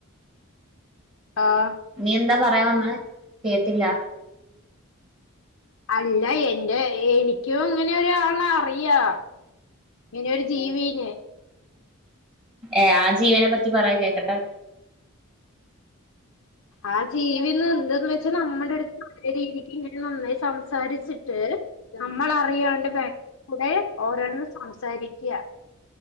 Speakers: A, on the left; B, on the right.
A: ആഹ്
B: നീയെന്താ പർ പറയാൻ വന്നേ കേട്ടില്ല
A: അല്ല എൻ്റെ എനിക്കും ഇങ്ങനെയൊരു ആളറിയാ ഇങ്ങനെയൊരു ജീവീനെ
B: ഏ ആ ജീവീനെ പറ്റി പറയ് കേക്കട്ടെ
A: ആ ജീവീന്നെന്ത്ന്ന് വെച്ച നമ്മടെടുത് തുവരെനിക്കിങ്ങനെ നന്നായി സംസാരിച്ചിട്ട് പേര്.. നമ്മളറിയാണ്ട് ബാക്കിക്കൂടെ ഓരോന്നും സംസാരിക്ക്യാ